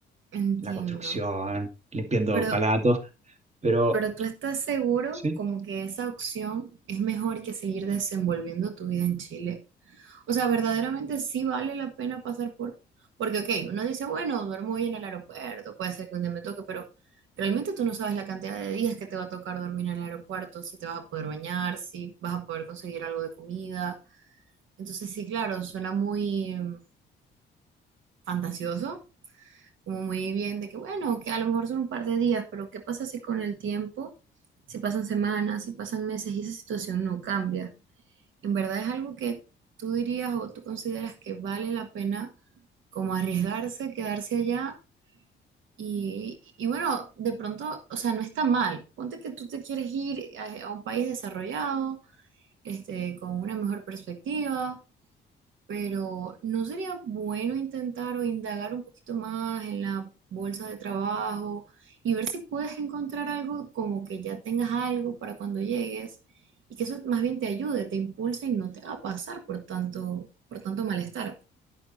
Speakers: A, on the right; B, on the right.
A: Entiendo.
B: la construcción, limpiando
A: Pero
B: palatos, pero
A: Pero tú estás seguro
B: Sí.
A: como que esa opción es mejor que seguir desenvolviendo tu vida en Chile. O sea, verdaderamente sí vale la pena pasar por... Porque, ok, uno dice, bueno, duermo hoy en el aeropuerto, puede ser que un día me toque, pero realmente tú no sabes la cantidad de días que te va a tocar dormir en el aeropuerto, si te vas a poder bañar, si vas a poder conseguir algo de comida. Entonces, sí, claro, suena muy mm, fantasioso, como muy bien de que, bueno, que a lo mejor son un par de días, pero ¿qué pasa si con el tiempo, si pasan semanas, si pasan meses y esa situación no cambia? ¿En verdad es algo que tú dirías o tú consideras que vale la pena como arriesgarse, quedarse allá? Y, y bueno, de pronto, o sea, no está mal. Ponte que tú te quieres ir a, a un país desarrollado, este, con una mejor perspectiva pero ¿no sería bueno intentar o indagar un poquito más en la bolsa de trabajo y ver si puedes encontrar algo como que ya tengas algo para cuando llegues y que eso más bien te ayude, te impulse y no te va a pasar por tanto, por tanto malestar?